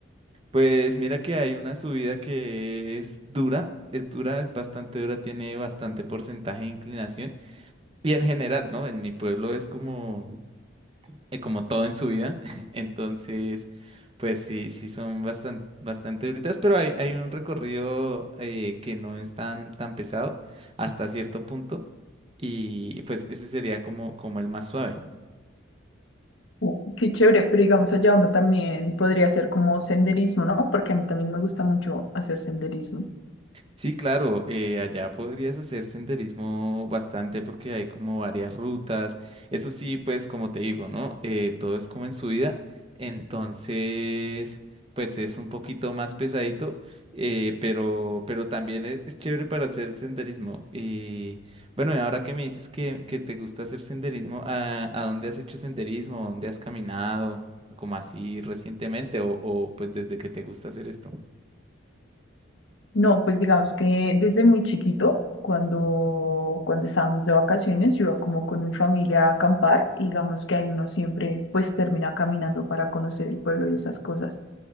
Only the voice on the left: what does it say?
Oh, qué chévere, pero digamos allá uno también podría hacer como senderismo, ¿no? Porque a mí también me gusta mucho hacer senderismo.
No, pues digamos que desde muy chiquito, cuando, cuando estábamos de vacaciones, yo iba como con mi familia a acampar y digamos que ahí uno siempre pues termina caminando para conocer el pueblo y esas cosas.